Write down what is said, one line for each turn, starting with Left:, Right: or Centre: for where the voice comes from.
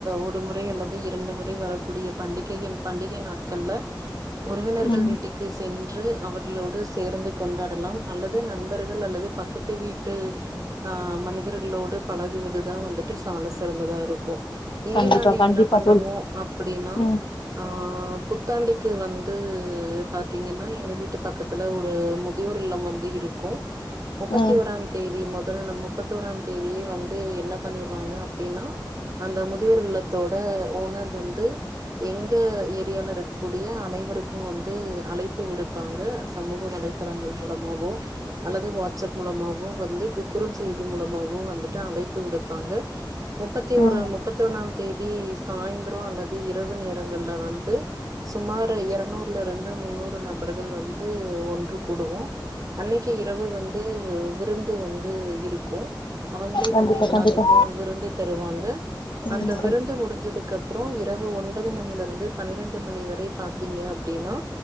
Right: ஒரு முறை அல்லது இரண்டு முறை வர கூடிய பண்டிகைகள் பண்டிகை நாட்கள்ல உறவினர்கள்
Left: ம்
Right: வீட்டுக் கு சென்று அவர்களோடு சேர்ந்து கொண்டாடலாம் அல்லது நண்பர்கள் அல்லது பக்கத்து வீட்டு ஆ மனிதர்களோடு பழகுவதுதா வந்துட்டு சால சிறந்ததா இருக் கு இங்க
Left: கண்டிப்பா
Right: நாங்க
Left: கண்டிப்பா
Right: என்ன பண்ணுவோம்
Left: தோழி
Right: அப்படின்னா
Left: ம்
Right: ஆ புத்தாண்டுக்கு வந்து பாத்தீங்கனா எங்க வீட்டு பக்கத்துல ஒரு முதியோர் இல்லம் வந்து இருக்கு முப்பத்தி
Left: ம்
Right: ஓராம் தேதி முதல் முப்பத்திஒராம் தேதியே வந்து என்ன பண்ணிருவாங்க அப்டின்னா அந்த முதியோர் இல்லத்தோட ஓனர் வந்து எங்க ஏரியால இருக்கக்கூடி ம் அனைவருக்கு வந்து அழைப்பு விடுப்பாங்க சமூக வலைதளங்கள் மூலமாவோ அல்லது வாட்ஸ்அப் மூலமாவோ வந்து கு குறுஞ்செய்தி மூலமாவோ வந்துட்டு அழைப்பு விடுப்பாங்க முப்பத்தி ஒரு
Left: ம்
Right: முப்பத்தி ஒன்னாம் தேதி சாய்ந்திரோ அல்லது இரவு நேரங்கள்ல வந்து சுமார் இருநூறு முந்நூறு நபர்கள் வந்து ஒன்று கூடுவோ அன்னைக்கு இரவு வந்து விருந்து வந்து இருக்கு அவங்களே
Left: கண்டிப்பா
Right: வந்து எல்லாத்துக்கு
Left: கண்டிப்பா
Right: விருந்து தருவாங்க
Left: ம்
Right: அந்த விருந்து முடிஞ்சதுக்கு அப்புறோ இரவு ஒன்பது மணியிலிருந்து பன்னிரெண்டு மணி வரை பாத்தீங்க அப்டின்னா